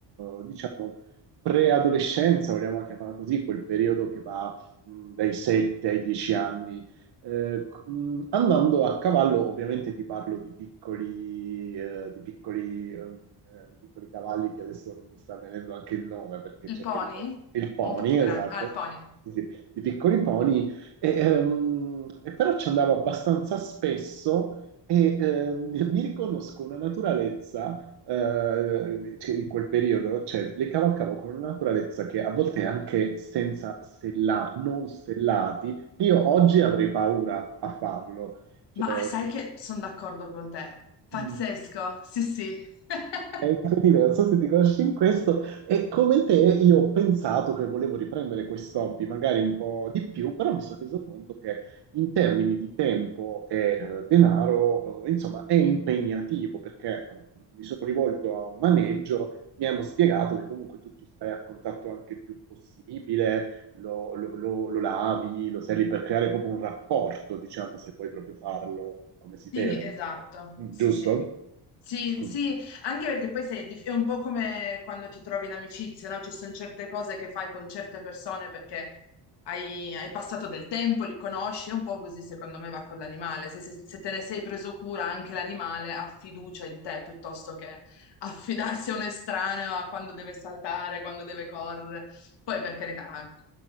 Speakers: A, on the right (about 70°); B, on the left (about 75°).
A: eh, diciamo, preadolescenza, vogliamo chiamarla così, quel periodo che va, mh, dai 7 ai 10 anni eh, mh, andando a cavallo, ovviamente ti parlo di piccoli, eh, di piccoli, ehm, eh, di piccoli cavalli che adesso non mi sta venendo anche il nome perché
B: Il
A: c'è
B: pony?
A: il, il pony,
B: O un po' più grande?
A: esatto,
B: Ah, il pony.
A: sì, sì, di piccoli pony, e, ehm, e però ci andavo abbastanza spesso e ehm, <laughs> mi riconosco una naturalezza eh, cioè, in quel periodo, cioè le cavalcavo con una naturalezza che a volte anche senza sella, non sellati, io oggi avrei paura a farlo. Cioè,
B: Ma sai che sono d'accordo con te. Pazzesco,
A: mm.
B: sì, sì. <laughs>
A: E quindi non so se ti conosci in questo, e come te io ho pensato che volevo riprendere questo hobby, magari un po' di più, però mi sono reso conto che in termini di tempo e eh, denaro, eh, insomma, è impegnativo perché eh, mi sono rivolto a un maneggio, mi hanno spiegato che comunque tu ci stai a contatto anche il più possibile, lo, lo- lo- lo lavi, lo sali per creare proprio un rapporto, diciamo, se vuoi proprio farlo come si
B: Sì,
A: deve, insomma.
B: esatto,
A: Mm,
B: sì,
A: Giusto?
B: sì. Sì,
A: Mm.
B: sì, anche perché poi sei dif- è un po' come quando ti trovi in amicizia, no? Ci sono certe cose che fai con certe persone perché hai, hai passato del tempo, li conosci, è un po' così secondo me va con l'animale. Se, se- se te ne sei preso cura, anche l'animale ha fiducia in te piuttosto che affidarsi a un estraneo a quando deve saltare, quando deve correre. Poi, per carità, eh,